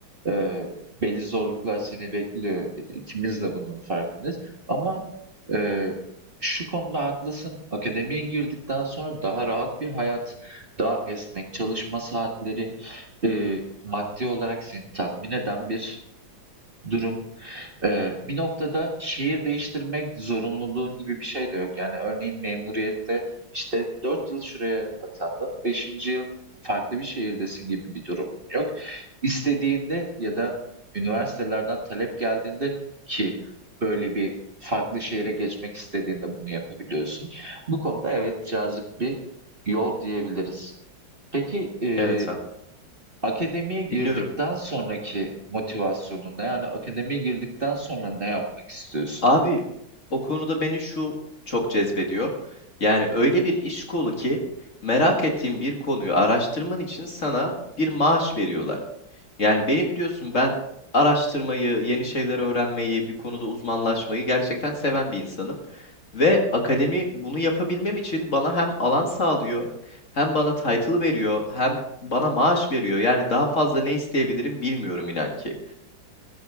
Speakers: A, on the right; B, on the left.
A: eee, belli zorluklar seni bekliyor. E, İkimiz de bunun farkındayız. Ama eee, şu konuda haklısın. Akademiye girdikten sonra daha rahat bir hayat, daha esnek çalışma saatleri, eee, maddi olarak seni tatmin eden bir durum. Eee, bir noktada şehir değiştirmek zorunluluğun gibi bir şey de yok. Yani örneğin memuriyette işte 4 yıl şuraya atandın, beşinci yıl farklı bir şehirdesin gibi bir durum yok. İstediğinde ya da üniversitelerden talep geldiğinde ki böyle bir farklı şehre geçmek istediğinde bunu yapabiliyorsun. Bu konuda evet cazip bir yol diyebiliriz. Peki eee
B: Evet abi.
A: Akademiye girdikten
B: Dinliyorum.
A: sonraki motivasyonun Yani akademiye girdikten sonra ne yapmak istiyorsun?
B: Abi o konuda beni şu çok cezbediyor. Yani öyle bir iş kolu ki merak ettiğin bir konuyu araştırman için sana bir maaş veriyorlar. Yani beni biliyorsun ben araştırmayı, yeni şeyler öğrenmeyi, bir konuda uzmanlaşmayı gerçekten seven bir insanım. Ve akademi bunu yapabilmem için bana hem alan sağlıyor, hem bana title veriyor, hem bana maaş veriyor. Yani daha fazla ne isteyebilirim bilmiyorum inan ki.